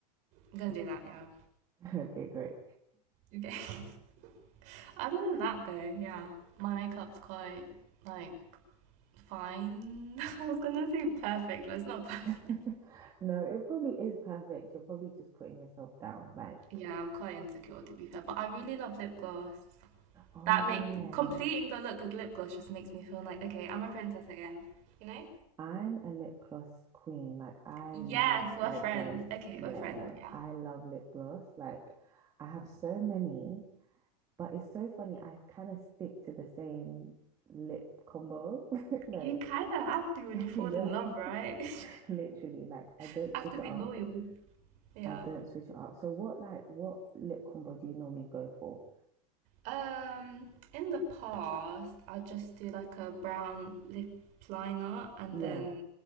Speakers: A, on the right; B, on the right.
A: I'm gonna
B: Okay,
A: do that, yeah.
B: great. <laughs> Okay, great.
A: Okay. <laughs> Other than that, though, yeah, my makeup's quite, like, fine. <laughs> I was gonna say perfect, but it's not <laughs> perfect.
B: <laughs> No, it probably is perfect. You're probably just putting yourself down like,
A: Yeah, I'm quite insecure, to be fair, but I really love lip gloss.
B: oh
A: That make
B: yeah,
A: completing the look with lip gloss just makes me feel like, okay, I'm a princess again. You know?
B: I'm a lip gloss queen. Like I
A: Yes,
B: love
A: we're
B: lip
A: friends.
B: gloss.
A: Okay,
B: Yeah,
A: we're friends.
B: no,
A: Yeah.
B: I love lip gloss. Like I have so many, but it's so funny. I kind of stick to the same lip combo. <laughs> Like,
A: You kind of have to when
B: <laughs>
A: you fall
B: yeah,
A: in love, right?
B: <laughs> literally. Like I
A: <laughs>
B: don't
A: have
B: switch
A: to be
B: it up.
A: loyal. Yeah.
B: I don't switch it up. So what like what lip combo do you normally go for?
A: Um, in the past, i just do like a brown lip liner and
B: Yeah.
A: then